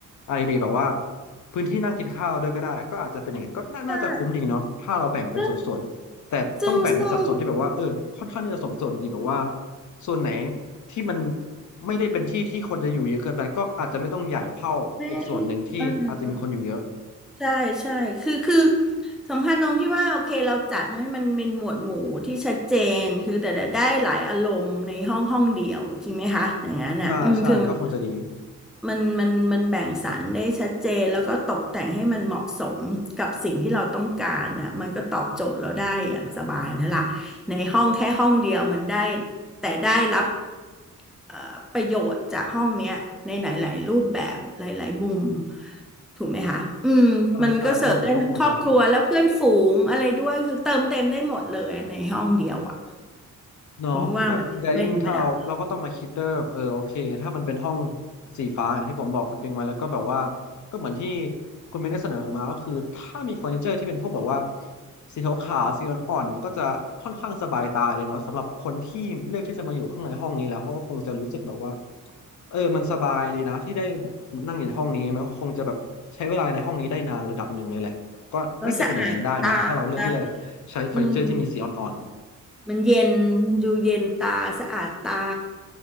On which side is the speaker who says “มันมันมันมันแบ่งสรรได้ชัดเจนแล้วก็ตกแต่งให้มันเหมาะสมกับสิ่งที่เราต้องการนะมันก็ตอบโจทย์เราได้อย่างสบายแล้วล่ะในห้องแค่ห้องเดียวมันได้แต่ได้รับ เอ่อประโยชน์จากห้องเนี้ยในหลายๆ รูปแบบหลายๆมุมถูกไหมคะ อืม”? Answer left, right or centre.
Centre